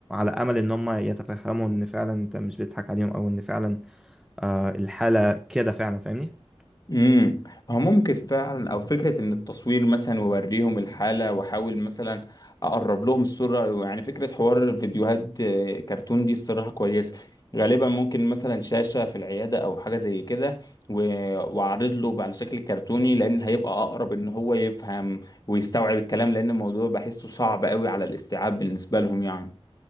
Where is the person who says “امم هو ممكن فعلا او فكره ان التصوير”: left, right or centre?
Left